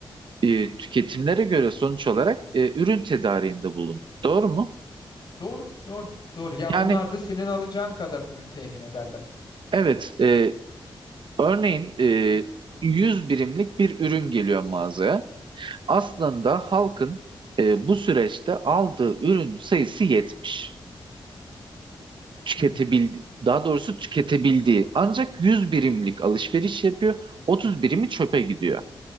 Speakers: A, on the right (about 60°); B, on the left (about 55°).
A: e, tüketimlere göre sonuç olarak e, ürün tedariğinde bulun. Doğru mu?
B: Doğru, doğru, doğru. Ya
A: Yani
B: onlar da senin alacağın kadar ürün temin ederler.
A: evet e, örneğin e, 100 birimlik bir ürün geliyor mağazaya. Aslında halkın e, bu süreçte aldığı ürün sayısı 70, Tüketebildi,
B: Hı hı,
A: daha doğrusu tüketebildiği ancak 100 birimlik alışveriş yapıyor. otuz birimi çöpe gidiyor.